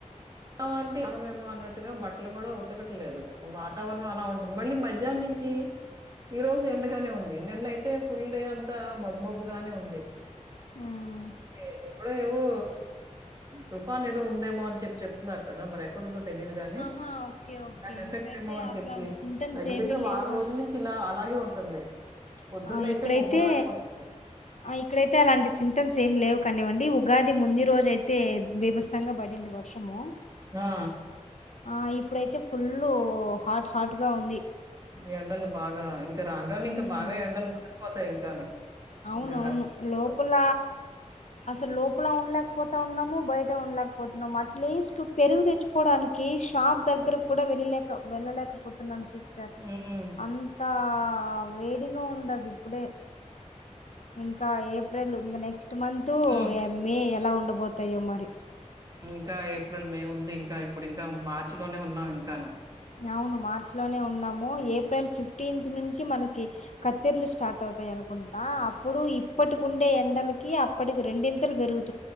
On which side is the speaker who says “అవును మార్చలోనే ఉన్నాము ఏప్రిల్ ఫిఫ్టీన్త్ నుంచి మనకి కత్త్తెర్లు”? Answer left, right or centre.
Left